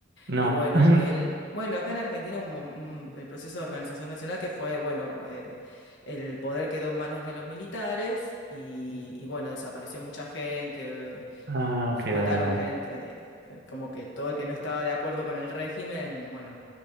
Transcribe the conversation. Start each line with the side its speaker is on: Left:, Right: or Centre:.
Right: no,
Left: y bueno,
Right: <laughs>
Left: el, bueno, acá en Argentina hubo un, mom- un- el proceso de organización nacional que fue, bueno, eh, el poder quedó en manos de los militares y, y, bueno, desapareció mucha gente, eh,
Right: ah, ok,
Left: mataron
Right: dale, dale,
Left: gente, eh, como que todo el que no estaba de acuerdo con el régimen, bueno.